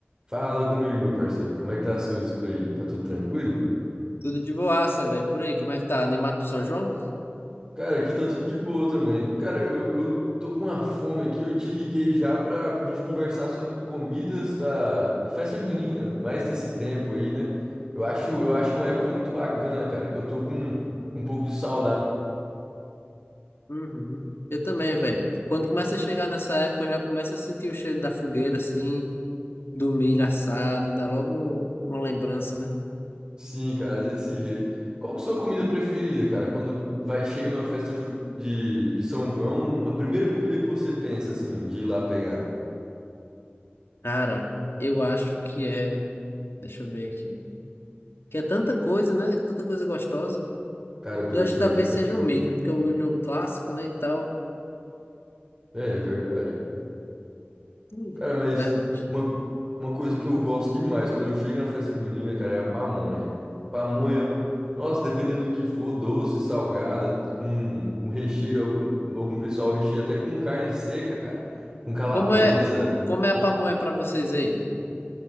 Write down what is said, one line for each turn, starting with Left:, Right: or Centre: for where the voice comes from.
Right: Fala comigo, meu parceiro. Como é que tá as coisas por aí? Tá tudo tranquilo?
Left: Tudo de boaça, velho. Por aí, como é que tá? Animado pro São João?
Right: Cara, aqui tá tudo de boa também. Cara, eu, eu tô com uma fome aqui. Eu te liguei já pra, pra gente conversar sobre comidas da, da festa junina, mais desse tempo aí, né? Eu acho,
Left: Uhum,
Right: eu acho uma época muito bacana,
Left: uhum,
Right: cara, que eu tô com um pouco de saudade.
Left: uhum. Eu também, velho. Quando começa a chegar nessa época, eu já começo a sentir o cheiro da fogueira, assim, do milho assado, dá logo um- uma lembrança, né?
Right: Sim, cara, desse jeito. Qual que é a sua comida preferida, cara? Quando vai, chega numa festa ju- de, de São João, a primeira comida que você pensa, assim, de ir lá pegar?
Left: Cara, eu acho que é. Deixa eu ver aqui. Que é tanta coisa, né? Tanta coisa gostosa.
Right: Cara, o pior
Left: Eu acho
Right: é que
Left: que talvez
Right: é muita
Left: seja
Right: coisa.
Left: o milho, porque é o milho é o clássico, né? E tal.
Right: É, é verdade.
Left: Hum,
Right: Cara, mas
Left: verdade.
Right: uma, uma coisa que eu gosto demais quando eu chego na festa junina, cara, é a pamonha. Pamonha, nossa, dependendo do que for, doce, salgada, com, com recheio, algu- algum pessoal recheia até com carne seca, cara, com calabresa.
Left: Como é, como é a pamonha pra vocês aí?